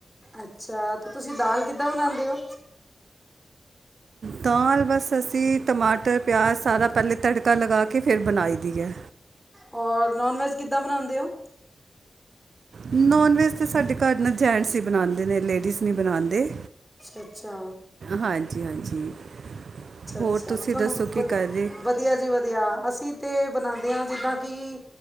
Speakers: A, in the centre; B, on the right.
A: ਅੱਛਾ ਤੇ ਤੁਸੀਂ ਦਾਲ ਕਿੱਦਾਂ ਬਣਾਉਂਦੇ ਹੋ
B: ਦਾਲ ਬਸ ਅਸੀਂ ਟਮਾਟਰ ਪਿਆਜ਼ ਸਾਰਾ ਪਹਿਲੇ ਤੜਕਾ ਲਗਾ ਕੇ ਫਿਰ ਬਣਾਈ ਦੀ ਐ।
A: ਔਰ ਨੋਨ ਵੈੱਜ ਕਿੱਦਾਂ ਬਣਾਉਂਦੇ ਓ।
B: ਨੋਨ ਵੈੱਜ ਤਾਂ ਸਾਡੇ ਘਰ ਨਾ ਜੈਂਂਟਸ ਹੀ ਬਣਾਉਂਦੇ ਨੇ ਲੇਡੀਜ਼ ਨਹੀਂ ਬਣਾਉਂਦੇ
A: ਅੱਛਾ। ਅੱਛਾ।
B: ਹਾਂਜੀ ਹਾਂਜੀ
A: ਅੱਛਾ ਅੱਛਾ
B: ਹੋਰ ਤੁਸੀਂ
A: ਮੈਂ ਤੁਹਾਨੂੰ
B: ਦੱਸੋ
A: ਵ
B: ਕੀ ਕਰ ਰੇ।
A: ਵਧੀਆ ਜੀ ਵਧੀਆ ਅਸੀਂ ਤੇ ਬਣਾਉਂਦੇ ਹਾਂ ਜਿੱਦਾਂ ਕਿ।